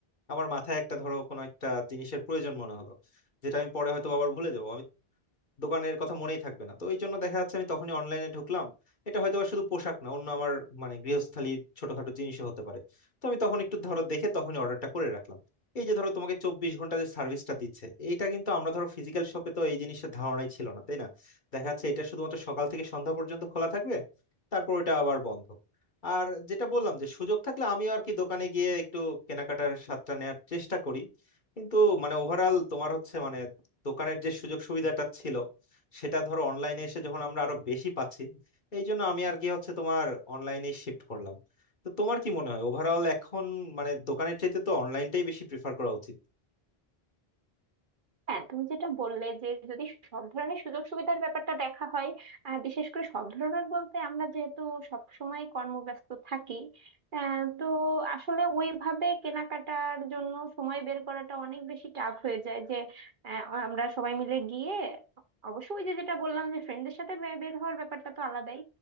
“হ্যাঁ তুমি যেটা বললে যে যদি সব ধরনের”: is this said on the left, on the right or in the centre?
Right